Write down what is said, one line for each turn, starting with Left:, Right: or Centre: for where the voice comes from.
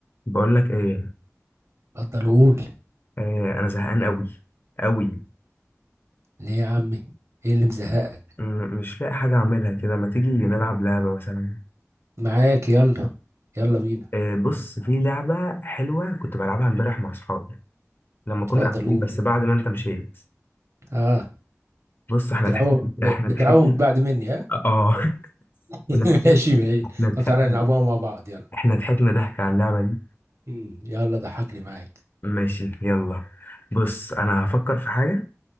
Left: بقول لك ايه
Right: اتفضل قول
Left: آه انا زهقان قوي قوي
Right: ليه يا عمي ايه اللي مزهقك
Left: مش لاقي حاجه اعملها كده ما تيجي نلعب لعبه مثلا
Right: معاك يلا يلا بينا
Left: آه بص في لعبه حلوه كنت بلعبها امبارح مع اصحابي لما كنا
Right: اتفضل
Left: قاعدين
Right: قول
Left: بس بعد ما انت مشيت
Right: اه
Left: بص احنا
Right: بتلعبوا
Left: ضحكنا
Right: ب-
Left: احنا
Right: بتلعبوا
Left: ضحكنا
Right: من بعد مني ها
Left: اه <laughs>
Right: <laughs>
Left: احنا ضحكنا
Right: ماشي ماشي
Left: احنا ضحكنا
Right: طب تعالى نلعبوها مع بعض يلا
Left: احنا ضحكنا ضحك على اللعبه دي
Right: مم. يلا ضحكني معاك
Left: ماشي يلا بص انا هفكر في حاجه